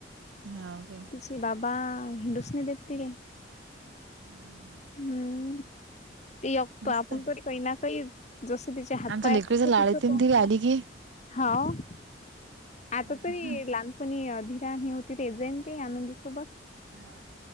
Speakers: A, on the right; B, on the left.
A: हाव काय.
B: तिचे बाबा हिंडूस नाय देेत तीले.
A: ना हां.
B: हम्म ते एकटो
A: मस्त
B: आपन
A: आहे.
B: तरी काही ना काही जसं तिचे हात
A: आमच्या
B: पाया
A: लेकडीच्या
B: <inaudible> तसं
A: लाडीतीन
B: तिचं तोंड
A: ती
B: आहे.
A: आली की.
B: हाव आता
A: हा
B: तरी लान क नी धीरा आणि हे होती ते येत जायन ते आनंदी सोबत.
A: हा.